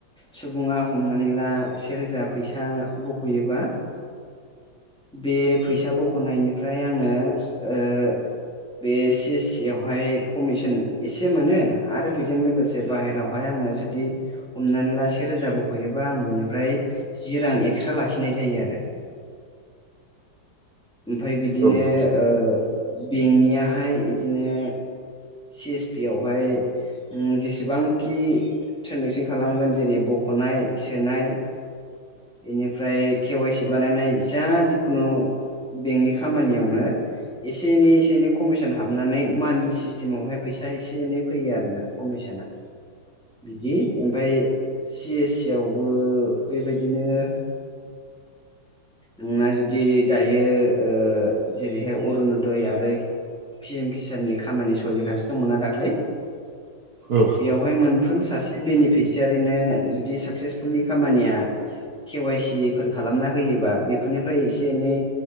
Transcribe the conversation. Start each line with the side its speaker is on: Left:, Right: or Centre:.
Centre: सुबुङा हमनानै ला से रोजा फैसा बख'योबा बे फैसा बख'नायनिफ्राय आङो ओ बे सि सि आवहाय कमिसन एसे मोनो आरो बेजों लोगोसे बाहेरायावहाय आङो जुदि हमनानै ला से रोजा बख'योबा आं बिनिफ्राय जि रां एक्सट्रा लाखिनाय जायो आरो ओमफाय बिदिनो
Right: औ नोंथां
Centre: ओ बेंकनियाहाय इदिनो सि एस पि आवहाय ओम जेसेबांखि ट्रेनजेकसन खालामगोन जेरै बख'नाय सोनाय बेनिफ्राय के वाइसि बानायनाय जा जिखुनु बेंकनि खामानियावनो एसे एनै एसे एनै कमिसन हाबनानै मान्थलि सिस्टेमावहाय फैसा एसे एनै फैयो आरो ना कमिसन बिदि ओमफाय सि एस सि आवबो बेबायदि बिदिनो नोंना जुदि दायो ओ जेरैहाय अरुनदय आरो पि एम किसाननि खामानि सोलिगासिनो दंमोनना दाख्लै
Right: औ
Centre: बेवहाय मोनफ्रोम सासे बेनिफिसियारिनो जुदि साक्सेसफुलिु खामानिया के वाइ सि फोर खालामना होयोबा बेफोरनिफ्राय एसे एनै